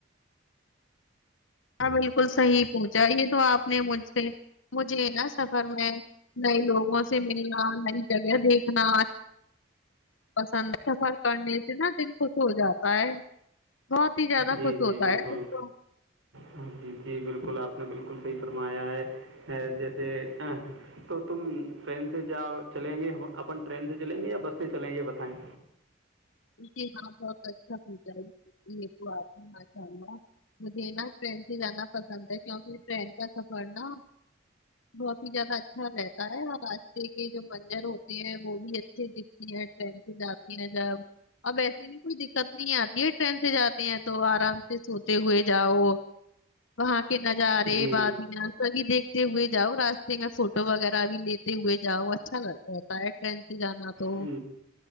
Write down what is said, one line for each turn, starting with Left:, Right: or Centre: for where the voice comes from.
Left: ہاں بالکل صحیح پوچھا یہ تو آپ نے مجھ سے مجھے نا سفر میں نئے لوگوں سے ملنا نئی جگہ دیکھنا پسند سفر کرنے سے نا دن خش ہو جاتا ہے بہت ہی زیادہ
Right: جی
Left: خوش
Right: جی
Left: ہوتا
Right: بالکل
Left: ہے دل تو
Right: ہاں جی جی بالکل آپ نے بالکل صحیح فرمایا ہے جیسے تو تم ٹرین سے جاؤ چلیں گے اپن ٹرین سے چلیں گے یا بس سے چلیں گے بتائیں
Left: جی ہاں بہت اچھا پوچھا ہے. یہ تو آ ہے ماشاء اللہ مجھے نا ٹرین سے جانا پسند ہے کیونکہ ٹرین کا سفر نا بہت ہی زیادہ اچھا رہتا ہے اور راستے کے جو منظر ہوتے ہیں وہ بھی اچھے دکھتی ہیں ٹرین سے جاتی ہیں جب اب ایسے بھی کوئی دقت نہیں آتی ہے ٹرین سے جاتے ہیں تو آرام سے سوتے ہوئے جاؤ وہاں کے نظار رہے
Right: جی
Left: بعدیا سب دیک تے ہوئے جاؤ راستے میں فوٹو وغیرہ بھی لیتے ہوئے جاؤ اچھا لگ رہتا ہے ٹرین سے جانا تو
Right: ہ